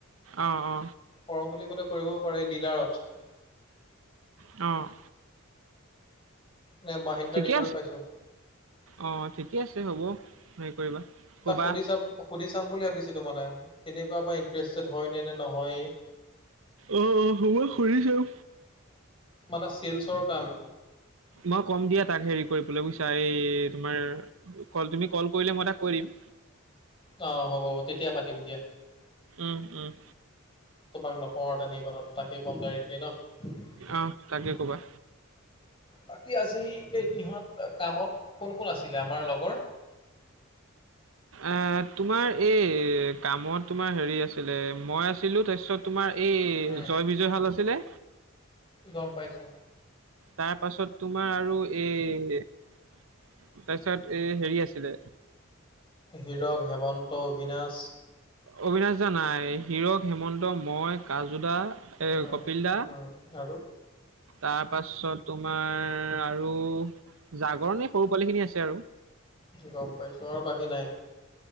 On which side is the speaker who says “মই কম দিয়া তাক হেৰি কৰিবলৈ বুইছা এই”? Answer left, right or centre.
Right